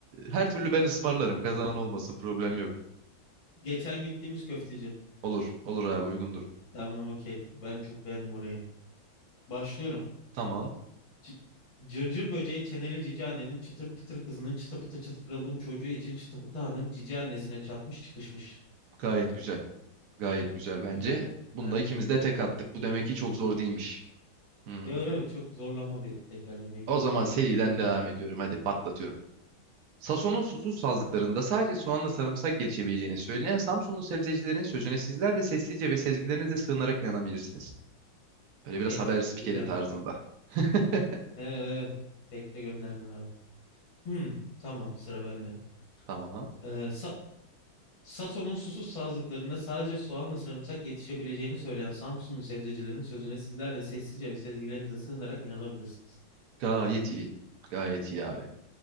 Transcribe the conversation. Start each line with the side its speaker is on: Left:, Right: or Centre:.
Right: e, her türlü ben ısmarlarım. Kazanan olmasın problem yok.
Left: Geçen gittiğimiz köfteci.
Right: Olur. Olur abi uygundur.
Left: Tamam okey. Ben çok beğendim orayı. Başlıyorum.
Right: Tamam.
Left: C- Cırcır böceği çeneli cici annenin çıtır pıtır kızının çıtı pıtı çıt kırıldım çocuğu için çıtı pıtı hanım cici annesine çatmış çıkışmış.
Right: Gayet güzel. Gayet güzel bence.
Left: Güzel.
Right: Bunda
Left: Evet.
Right: ikimiz de tek attık. Bu demek ki çok zor değilmiş. Hmm.
Left: Yok yok çok zorlama bir tekerlemeydi.
Right: O zaman
Left: Evet
Right: seriden
Left: bekliyorum.
Right: devam ediyorum. Hadi patlatıyorum. Sason'un susuz sazlıklarında sadece soğanla sarımsak yetişebileceğini söyleyen Samsunlu sebzecilerin sözüne sizler de sessizce ve sezgilerinizle sığınarak inanabilirsiniz. Böyle biraz
Left: Tek.
Right: haber spikeri
Left: Güzel.
Right: tarzında. <laughs>
Left: Evet, evet. Tek de gönderdin abi. Hmm, tamam sıra bende.
Right: Tamam.
Left: Ee, Sa- Sason'un susuz sazlıklarında sadece soğanla sarımsak yetişebileceğini söyleyen Samsunlu sebzecilerin sözüne sizler de sessizce ve sezgilerinize sığınarak inanabilirsiniz.
Right: Gayet iyi. Gayet iyi abi.